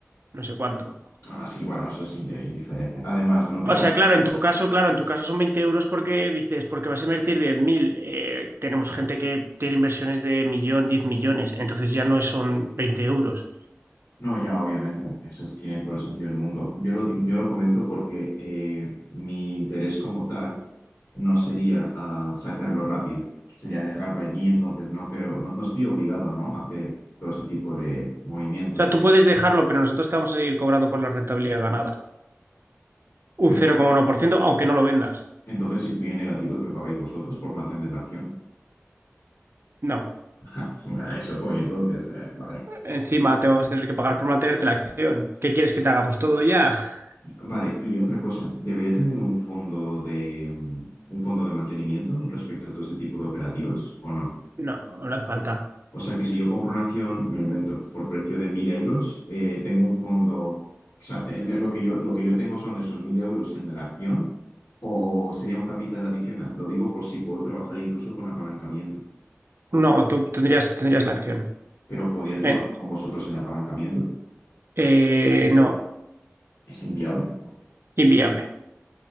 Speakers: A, on the right (about 55°); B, on the left (about 75°).
A: no sé cuánto.
B: Ah, sí, bueno, eso es inde- indiferente. Además, no tengo
A: O sea, claro, en tu caso, claro, en tu caso son 20 euros porque dices, porque vas a invertir 10.000. Eh, tenemos gente que tiene inversiones de millón, 10 millones, entonces ya no son 20 euros.
B: No, ya obviamente, eso tiene todo el sentido del mundo. Yo lo, yo lo comento porque eh, mi interés como tal no sería ah, sacarlo rápido, sería dejarlo allí, entonces no creo, no, no estoy obligado, ¿no? a hacer todo ese tipo de movimientos.
A: O sea, tú puedes dejarlo, pero nosotros te vamos a seguir cobrando por la rentabilidad ganada.
B: Pero
A: Un cero coma uno por ciento, aunque no lo vendas.
B: entonces si estoy en negativos, me pagáis vosotros por mantener la acción.
A: No.
B: <laughs> A eso voy, entonces, eh, vale.
A: Encima te vamos a tener que pagar por mantenerte la acción. ¿Qué quieres que te hagamos todo ya? <laughs>
B: Vale, y otra cosa, ¿debería tener un fondo de, un fondo de mantenimiento respecto a todo ese tipo de operativas o no?
A: No, no hace falta.
B: O sea que si yo compro una acción, me lo invento, por precio de 1.000 euros, eh, tengo un fondo, o sea, te- lo que yo, lo que yo tengo son esos 1.000 euros en la acción, o sería un capital adicional. Lo digo por si puedo trabajar incluso con apalancamiento,
A: No, tú tendrías, tendrías la acción.
B: pero podría trabajar
A: Eh,
B: con vosotros en apalancamiento.
A: eh, no,
B: ¿Es inviable?
A: inviable.